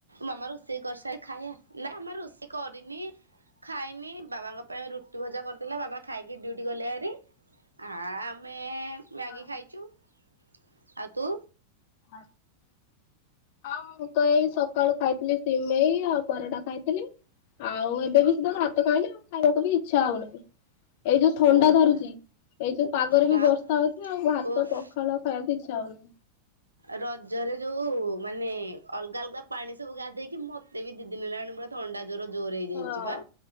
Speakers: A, on the right; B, on the left.
A: ମାମା ରୋଷେଇ କରିସା ଖାଇଆ- ନାଇଁ ମାମା ରୋଷେଇ କରିନି ଖାଇନି ବାବାଙ୍କ <unintelligible> ରୁଟି ଭଜା କରିଥିଲା ବାବା ଖାଇକି ଡ୍ୟୁଟି ଗଲେ ଭାରି ଆ- ଆମେ
B: ଓହୋ।
A: ମ୍ୟାଗି ଖାଇଚୁ -ଆଉ ତୁ?
B: <inaudible> ହଁ ମୁଁ ତ ଏଇ ସକାଳୁ ଖାଇଥିଲି ସିମେଇ ଆଉ ପରଟା ଖାଇଥିଲି। ଆଉ ଏବେ ବି ସିଧା ଭାତ ଖାଇଲି ଆଉ ଖାଇବାକୁ ବି ଇଚ୍ଛା ହଉନାହିଁ। ଏଇ ଯଉ ଥଣ୍ଡା
A: ଓହୋ
B: ଧରୁଚି ଏଇ ଯଉ ପାଗରେ
A: ମା
B: ବି ବର୍ଷା ହଉଚି ଆଉ ଭାତ
A: ଓଫ୍
B: ପଖାଳ ଖାଇବାକୁ ଇଛା ହଉନି।
A: ରଜରେ ଯଉ ମାନେ ଅଲଗା ଅଲଗା ପାଣି ସବୁ ଗାଧେଇକି ମତେ ବି ଦି ଦିନି ହେଲାଣି ମତେ ପୁରା ଥଣ୍ଡା ଜର ଜୋର୍ ରେ ହେଇଯାଇଚି
B: ହଁ।
A: ବା